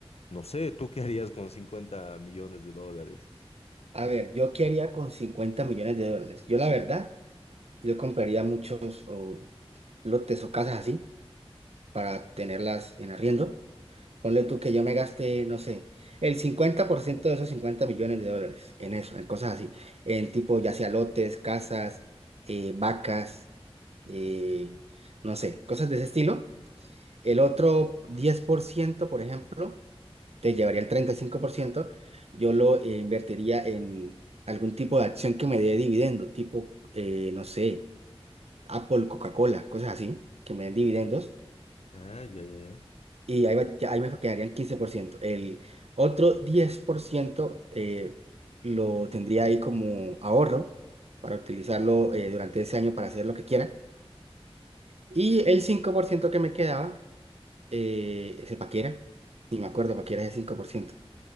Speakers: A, on the left (about 75°); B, on the right (about 80°).
A: no sé, ¿tú qué harías con 50 millones de dólares?
B: A ver, yo qué haría con 50 millones de dólares. Yo la verdad. Yo compraría muchos o lotes o casas así para tenerlas en arriendo. Ponle tú que yo me gaste, no sé, el 50% de esos 50 millones de dólares en eso, en cosas así. En tipo, ya sea lotes, casas, eh, vacas, eh, no sé, cosas de ese estilo. El otro diez por ciento por ejemplo, te llevaría el 35% yo lo eh, invertiría en algún tipo de acción que me dé dividendo, tipo, eh, no sé. Apple, Coca-Cola, cosas así, que me den dividendos
A: Ah, ya, ya, ya.
B: y ahí, va- ya ahí me quedarían 15%. El otro 10% eh, lo tendría ahí como ahorro para utilizarlo eh, durante ese año para hacer lo que quiera. Y el 5% que me quedaba, eh, ese paquera, ni me acuerdo, paquera ese 5%.